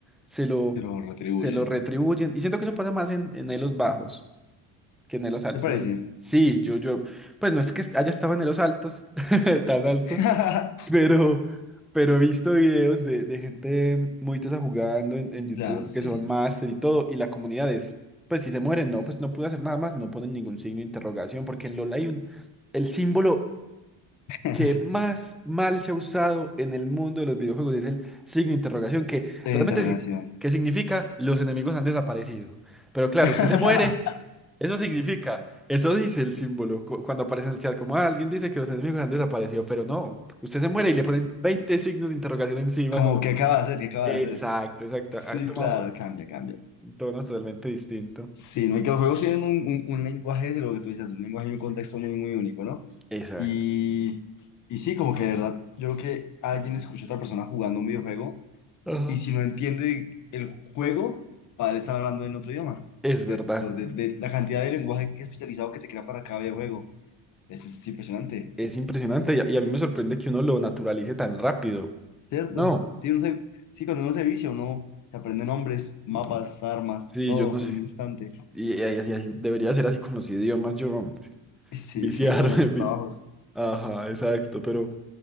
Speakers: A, in the centre; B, on the left.
A: se lo,
B: Se lo retribuyen.
A: se lo retribuyen. Y siento que eso pasa más en, en elos bajos que en elos altos.
B: ¿Te parece?
A: En elos... Sí, yo, yo, pues no es que est- haya estado en elos altos, <laughs> tan altos,
B: <laughs>
A: <laughs> Pero, pero he visto videos de, de gente muy tesa jugando en, en YouTube
B: Claro, sí.
A: que son máster y todo, y la comunidad es, pues si se mueren, no, pues no pude hacer nada más, no ponen ningún signo de interrogación, porque en LoL hay un, el símbolo
B: <laughs>
A: que más mal se ha usado en el mundo de los videojuegos es el signo de interrogación, que
B: Punto
A: realmente
B: interrogación.
A: es, que significa los enemigos han desaparecido. Pero claro,
B: <laughs>
A: usted se muere eso significa, Eso dice el símbolo cu- cuando aparece en el chat, como "Ah, alguien dice que los enemigos han desaparecido, pero no, usted se muere y le ponen 20 signos de interrogación encima,
B: Como,
A: como,
B: ¿qué acaba de hacer? ¿Qué acaba
A: exacto,
B: de hacer?
A: exacto,
B: Sí,
A: ha tomado
B: claro, cambia, cambia.
A: un tono totalmente distinto.
B: Sí, no, y que los juegos tienen un, un- un lenguaje, de lo que tú dices, un lenguaje y un contexto muy, muy único, ¿no?
A: Exacto.
B: Y, y sí, como que de verdad, yo creo que alguien escucha a otra persona jugando un videojuego
A: Ajá.
B: y si no entiende el juego, para él estar hablando en otro idioma.
A: Es verdad,
B: De, de- de de la cantidad de lenguaje que especializado que se crea para cada videojuego. Es, es impresionante.
A: es impresionante y a, y a mí me sorprende que uno lo naturalice tan rápido.
B: ¿Cierto?
A: No,
B: Sí, uno se- sí, cuando uno se vicia, uno se aprende nombres, mapas, armas,
A: sí,
B: todo
A: yo no sé.
B: en un instante.
A: Y, y así, así- debería ser así con los idiomas, yo
B: Sí,
A: viciar.
B: <laughs> con
A: <laughs>
B: los
A: vi-
B: trabajos.
A: Ajá, exacto, pero